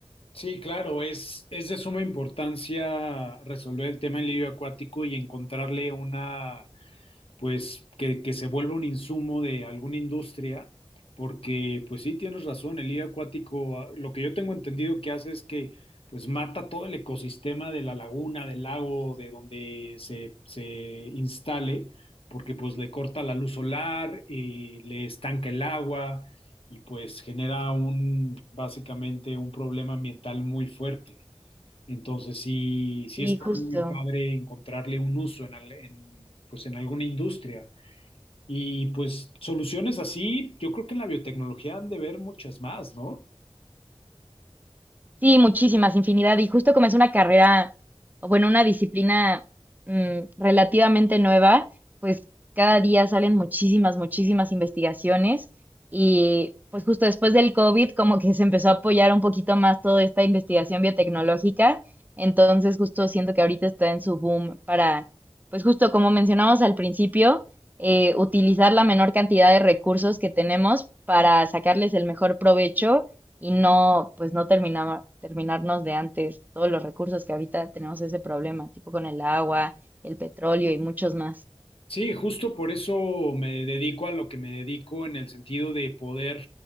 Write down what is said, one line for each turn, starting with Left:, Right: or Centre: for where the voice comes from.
Left: Sí, claro, es, es de suma importancia resolver el tema del lirio acuático y encontrarle una pues que, que se vuelva un insumo de alguna industria, porque pues sí, tienes razón, el lirio acuático, ah, lo que yo tengo entendido que hace es que pues mata todo el ecosistema de la laguna, del lago, de donde se, se instale, porque pues le corta la luz solar, y le estanca el agua y pues genera un, básicamente un problema ambiental muy fuerte. Entonces sí, sí
Right: Sí,
Left: está
Right: justo.
Left: muy padre encontrarle un uso en, al- en, pues en alguna industria. Y pues soluciones así, yo creo que en la biotecnología han de ver muchas más, ¿no?
Right: Sí, muchísimas, infinidad. Y justo como es una carrera, o bueno, una disciplina mm, relativamente nueva, pues cada día salen muchísimas, muchísimas investigaciones y pues justo después del COVID como que se empezó a apoyar un poquito más toda esta investigación biotecnológica. Entonces justo siento que ahorita está en su boom para, pues justo como mencionamos al principio, eh, utilizar la menor cantidad de recursos que tenemos para sacarles el mejor provecho y no, pues no terminaba, terminarnos de antes todos los recursos que ahorita tenemos ese problema, tipo con el agua, el petróleo y muchos más.
Left: Sí, justo por eso me dedico a lo que me dedico en el sentido de poder